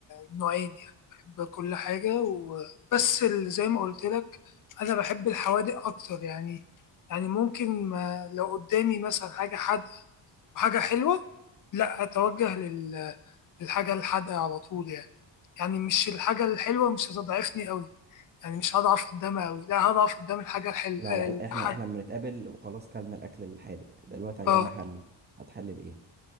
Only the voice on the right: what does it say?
لا
لا احنا احنا لما نتقابل وخلاص كلنا الاكل الحادق دلوقتي عايزين
نحلي هتحلي بايه